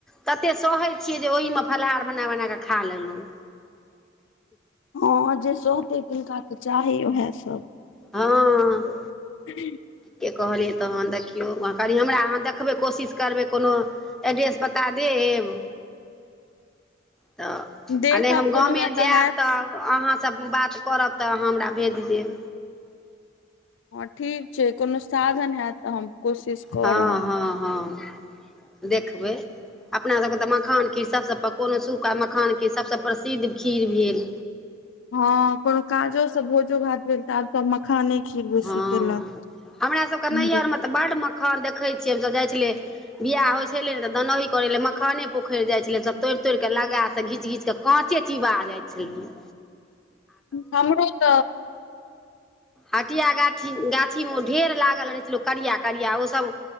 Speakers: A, in the centre; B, on the left.
A: तते सहै छियै जे ओहिमे फलाहार बना बना कऽ खा लेलहुँ
B: हँ जे सहतै तिनका त चाही उएह सब
A: हँ
B: <inaudible>
A: के कहलियै तहन देखियौ कनि हमरा अहाँ देखबै कोशिश करबै कोनो एड्रेस पता देब
B: <inaudible>
A: तऽ
B: देखब
A: आ नहि हम
B: कोनो
A: गामे
B: एतऽ
A: जायब
B: हैत
A: तऽ अहाँ सँ बात करब तऽ हमरा भेज देब
B: हँ ठीक छै कोनो साधन हैत तऽ हम कोशिश करब
A: हँ हँ हँ देखबै अपना सबके तऽ मखान के सबसँ कोनो सूखा मखान के सभसँ प्रसिद्ध खीर भेल
B: हँ कोनो काजो सब भोजो भात भेल तऽ आब सब म मखाने खीर बेसी
A: हँ
B: केलक
A: हमरा सबके नैहरमे तऽ बड्ड मखान देखै छियै हमसभ जाइ छलियै बियाह होइ छले ने तऽ दनही करे ले मखाने पोखरि जाइ छलै सब तोड़ि तोड़िक के लगा त घीच घीच के काँचे चीबा जाय छलै
B: हमरो त
A: हटिया गाछी गाछीमे ढेर लागल रहै छै लोक करिया करिया ओसभ